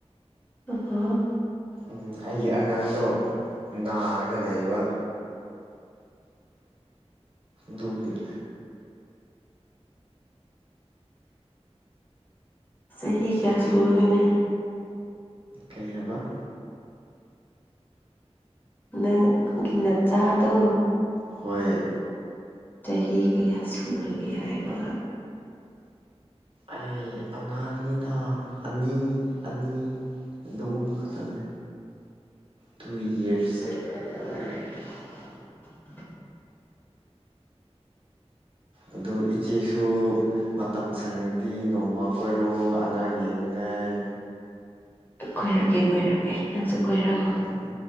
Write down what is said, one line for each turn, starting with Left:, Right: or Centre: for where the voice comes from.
Left: <unintelligible>
Right: ꯎꯝ ꯑꯩꯒꯤ ꯑꯉꯥꯡꯗꯣ ꯅꯥꯔꯒ ꯂꯩꯌꯦꯕ ꯗꯨꯒꯤ
Left: ꯆꯍꯤ ꯀꯌꯥ
Right: ꯏꯆꯦ
Left: ꯁꯨꯔꯒꯅꯦ
Right: ꯀꯩ ꯍꯥꯕ
Left: ꯅꯪꯒꯤ ꯅꯆꯥꯥꯗꯣ
Right: ꯍꯣꯏ
Left: ꯆꯍꯤ ꯀꯌꯥ ꯁꯨꯔꯒꯦ ꯍꯥꯏꯕ
Right: ꯑꯩ ꯑꯉꯥꯡꯅꯤꯗ ꯑꯅꯤ ꯑꯅꯤ ꯑꯗꯨꯒꯨꯝꯕ ꯈꯛꯇꯪꯅꯦ ꯇꯨ ꯏꯌꯔꯁ
Left: <unintelligible>
Right: ꯑꯗꯨ ꯏꯆꯦꯁꯨ ꯃꯇꯝ ꯁꯪꯉꯗꯤ ꯅꯣꯡꯃ ꯀꯣꯏꯔꯛꯑꯣ ꯑꯉꯥꯡ ꯌꯦꯡꯅꯉꯥꯏ
Left: ꯀꯣꯏꯔꯛꯀꯦ ꯀꯣꯏꯔꯛꯀꯦ ꯅꯪꯁꯨ ꯀꯣꯏꯔꯛꯑꯣ
Right: ꯍꯣꯏ ꯍꯣꯏ